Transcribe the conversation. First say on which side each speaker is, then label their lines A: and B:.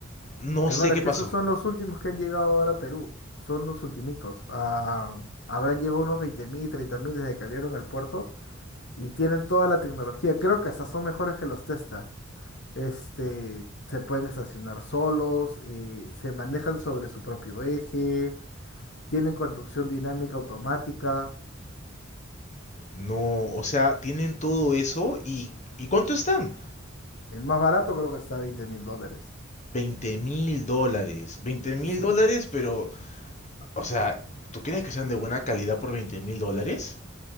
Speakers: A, on the left; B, on the left.
A: no
B: Hermano,
A: sé qué
B: es que
A: pasó.
B: esos son los últimos que han llegado ahora a Perú. Son los ultimitos. Ah, habrán llegado unos veinte mil, treinta mil desde que abrieron el puerto. y tienen toda la tecnología. Creo que hasta son mejores que los Tesla. Este, se pueden estacionar solos, eh, se manejan sobre su propio eje, tienen conducción dinámica automática.
A: No, o sea, tienen todo eso y, ¿y cuánto están?
B: El más barato creo que está a 20 mil dólares.
A: Veinte mil dólares, Veinte mil
B: Sí.
A: dólares, pero, o sea, ¿tú crees que sean de buena calidad por veinte mil dólares?